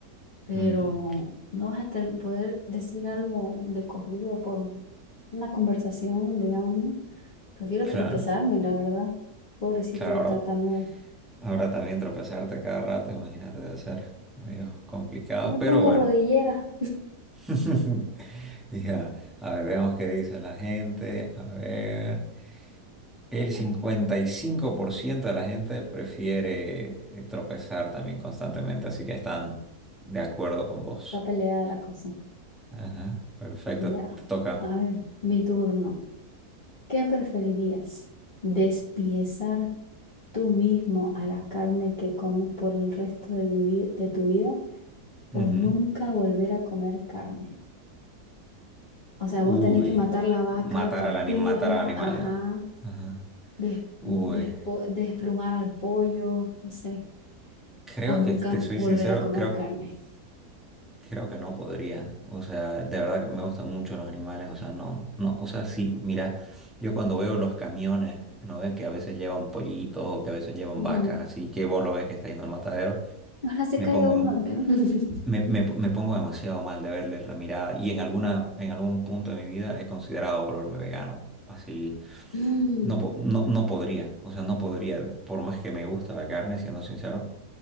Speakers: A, on the left (about 30°); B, in the centre.
A: pero
B: Ujú.
A: no vas a ter- poder decir algo de corrido por una conversación, digamos, ¿no? Prefiero tropezarme,
B: Claro,
A: la verdad. Pobrecito
B: claro,
A: los
B: ahora,
A: tartamudos.
B: ahora también tropezarte cada rato, imagínate, debe ser medio complicado,
A: Me
B: pero
A: pongo
B: bueno.
A: rodillera.
B: <laughs> Ya, a ver, veamos qué dice la gente. A ver, el 55% de la gente prefiere eh, tropezar también constantemente, así que están de acuerdo con vos.
A: Está peleada la cosa.
B: Ajá, perfecto,
A: Ya.
B: te toca.
A: A ver, mi turno. ¿Qué preferirías? ¿Despiezar tú mismo a la carne que comes por el resto de, vivi- de tu vida o
B: Ujú.
A: nunca volver a comer carne? O sea,
B: Uy,
A: vos tenés que matar la vaca
B: matar
A: y partirla,
B: al animal, matar al animal.
A: ajá,
B: ah. Ajá.
A: des-
B: Uy.
A: despo- desplumar al pollo, no sé,
B: Creo
A: o nunca
B: que, te soy
A: volver
B: sincero,
A: a comer
B: creo,
A: carne.
B: creo que no podría. O sea, de verdad que me gustan mucho los animales. O sea, no, no, o sea, sí, mira, yo cuando veo los camiones, ¿no ves? Que a veces llevan pollitos o que a veces llevan
A: Ujú.
B: vacas, así que vos lo ves que está yendo al matadero,
A: Ahora se
B: me
A: cae
B: pongo,
A: uno de que no. <laughs>
B: me, me- me pongo demasiado mal de verles la mirada. Y en alguna, en algún punto de mi vida he considerado volverme vegano. Así,
A: Mm,
B: no, po- no, no podría. O sea, no podría. Por más que me gusta la carne, siendo sincero,